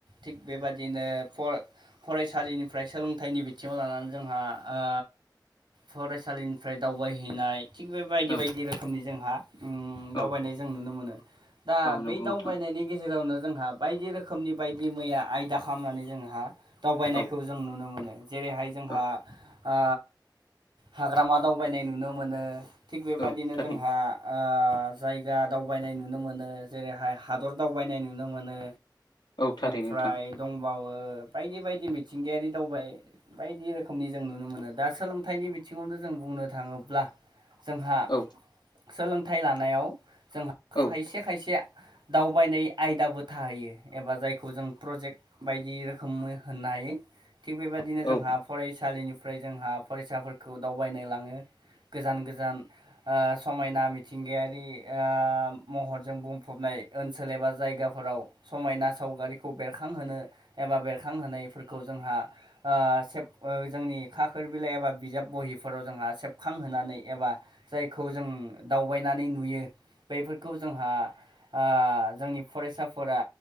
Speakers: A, on the right; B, on the left.
A: थिग बेबादिनो फर - फरायसालिनिफ्राय सोलोंथाइनि बिथिङाव लानानै जोंहा ओ फरायसालिनिफ्राय दावबायहैनाय थिग बे बायदि
B: औ
A: बायदि रोखोमनि जोंहा उम
B: औ
A: दावबायनाय जों नुनो मोनो। दा
B: औ नंगौ
A: बै दावबायनायनि
B: नोंथां
A: गेजेरावनो जोंहा बायदि रोखोमनि बायदि मैया आयदा खालामनानै जोंहा दावबायनायखौ
B: औ
A: जों नुनो मोनो। जेरै हाय जोंहा
B: औ
A: ओ हाग्रामा दावबायनाय नुनो मोनो। थिग बेबायदिनो
B: औ थारैनो
A: जोंहा ओ जायगा दावबायनाय नुनो मोनो। जेरैहाय हादर दावबायनाय नुनो मोनो।
B: औ थारैनो
A: ओमफ्राय
B: नोंथां
A: दंबावो। बायदि बायदि मिथिंगायारि दावबाय बायदि रोखोमनि जों नुनो मोनो। दा सोलोंथाइनि बिथिङावनो जों बुंनो थाङोब्ला। जोंहा
B: औ
A: सोलोंथाइ लानायाव जोंहा
B: औ
A: खायसे खायसे दावबायनाय आयदाबो थाहैयो। एबा जायखौ जों प्रजेक्ट बायदि रोखोमै होननो हायो। थिग बेबायदिनो जोंहा
B: औ
A: फरायसालिनिफ्राय जोंहा फरायसाफोरखौ दावबायनो लाङो। गोजान गोजान ओ समायना मिथिंगायारि ओ महरजों बुंफबनाय ओन सोल एबा जायगाफोराव समायना सावगारिखौ बेरखांहोनो एबा बेरखांहोनायफोरखौ जोंहा आ ओ सेब ओ जोंनि खाखोर बिलाइ एबा बिजाब बहिफोराव जोंहा सेबखांहोनानै एबा जायखौ जों दावबायनानै नुयो। बेफोरखौ जोंहा ओ जोंनि फरायसाफोरा